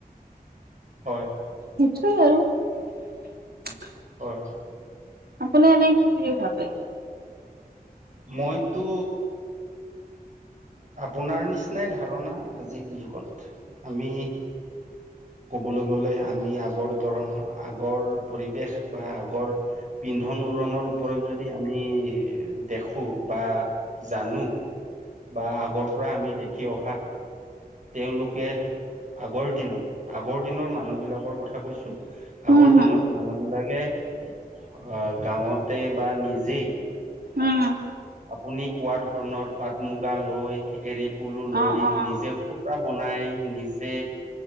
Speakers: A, on the right; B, on the right.
A: হয়
B: নিশ্চয় আৰু আৰু
A: হয়।
B: আপুনি নাই কি বুলি ভাবে।
A: মইতো আপোনাৰ নিচিনাই ধাৰণা আজিৰ যুগত আমি ক'বলৈ গ'লে আমি আগৰ দৰ আগৰ পৰিৱেশ বা আগৰ পি ধন উৰণনৰ ওপৰত যদি আমি দেখো বা জানো বা আগৰ পৰা আমি দেখি অহা তেওঁলোকে আগৰ দিনত আগৰ দিনৰ মানুহ বিলাকৰ কথা কৈছো
B: উম
A: আগৰ
B: হুম।
A: দিনত মানুহবিলাকে আহ গাঁৱত তে বা নিজেই
B: উম
A: আপুনি কোৱা ধৰণৰ পাট মুগা লৈ এৰি পুলু লৈ
B: অ' অ'
A: নিজে সূতা বনাই নিজে